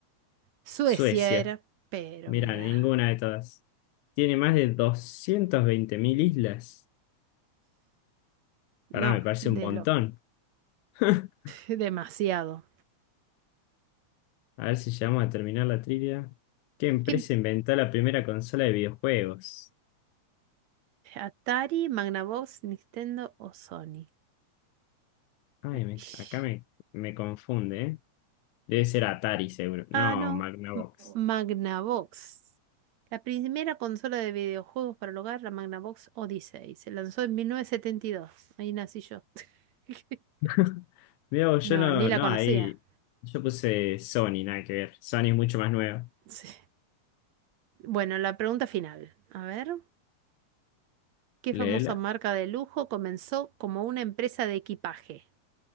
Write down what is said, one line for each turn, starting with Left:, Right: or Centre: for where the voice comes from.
Right: Suecia
Left: Suecia.
Right: era, pero
Left: Mira,
Right: mira.
Left: ninguna de todas. Tiene más de doscientas veinte mil islas.
Right: No,
Left: Ahora me parece
Right: de
Left: un montón.
Right: loco.
Left: <laughs>
Right: <laughs> Demasiado.
Left: A ver si llegamos a terminar la trivia. ¿Qué empresa
Right: ¿Qué-
Left: inventó la primera consola de videojuegos?
Right: Atari, Magnavox, Nintendo o Sony?
Left: Ay, me-
Right: Ish.
Left: acá me, me confunde, ¿eh? Debe ser Atari, seguro. No,
Right: Ah, no.
Left: Magnavox.
Right: M- Magnavox. La primera consola de videojuegos para el hogar, la Magnavox Odyssey. Se lanzó en 1972. Ahí nací yo. <laughs>
Left: <laughs> Mira, vos,
Right: No,
Left: yo no,
Right: ni la
Left: no,
Right: conocía.
Left: ahí. Yo puse Sony, nada que ver. Sony es mucho más nuevo.
Right: Sí. Bueno, la pregunta final. A ver, ¿qué
Left: Leela.
Right: famosa marca de lujo comenzó como una empresa de equipaje?